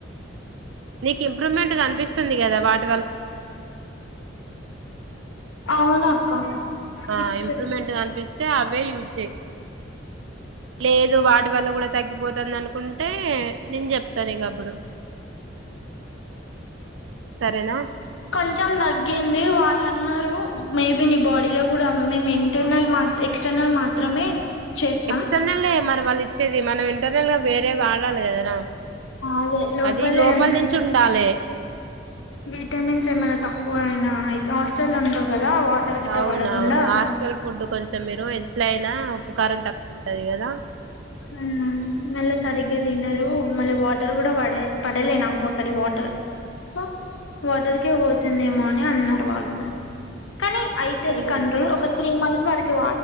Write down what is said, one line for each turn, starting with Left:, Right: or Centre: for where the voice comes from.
Right: నిక్ ఇంప్రూవ్మెంట్ కనిపిస్తుంది కదా వాట్
Left: అవునక్క
Right: ఆ
Left: ఇచ్చేయ్
Right: ఇంప్రూవ్మెంట్ కనిపిస్తే అవే యూజ్ చెయ్ లేదు వాటి వల్ల కూడా తగ్గిపోతుందనుకుంటే నేను చెప్తా నీకప్పుడు సరేనా
Left: కొంచం తగ్గింది వాళ్ళన్నారు మేబి నీ బాడీ లో కూడా మేము ఇంటర్నల్ మా ఎక్స్టర్నల్ మాత్రమే చేస్తాం
Right: ఎక్స్టర్నల్ యే మరి వాళ్ళుచ్చేది మనం ఇంటర్నల్ గా వేరే వాడాలి కదనా
Left: అదే
Right: అది లోపల
Left: ఏమైనా
Right: నుంచి ఉండాలే
Left: విటమిన్స్ ఏమైన్నా తక్కువయినా ఐతే హాస్టల్ ఉంటావ్ కదా వాటర్ గిట్ట
Right: అవునవును
Left: పడకుండా
Right: హాస్టల్ ఫుడ్ కొంచం మీరు ఎట్లయినా ఉప్పు కారం తక్కువుంటది కదా
Left: ఊ నల్ల చరి గీ తిన్నరు మళ్ళీ వాటర్ కూడా పడ పడలే నాకు అక్కడి వాటర్ సో వాటర్కే పోతుందేమో అని అన్నరు వాళ్ళు కనీ అవుతుది
Right: కిచెన్ రూమ్
Left: కంట్రోల్ ఒక త్రీ మంత్స్ వరకి